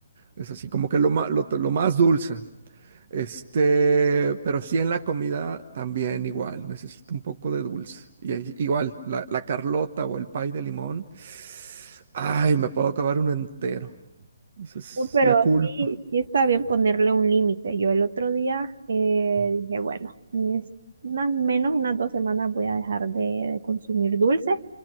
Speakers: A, on the right; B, on the right.
A: Es así como que lo, ma- lo, lo más dulce. Este, pero sí en la comida también igual, necesito un poco de dulce. Y ahí igual, la, la carlota o el pay de limón, ay, me puedo acabar uno entero. Esa es
B: No, Pero
A: la culpa.
B: sí, sí está bien ponerle un límite. Yo el otro día eh, dije, bueno, es unas menos unas dos semanas voy a dejar de, de consumir dulce.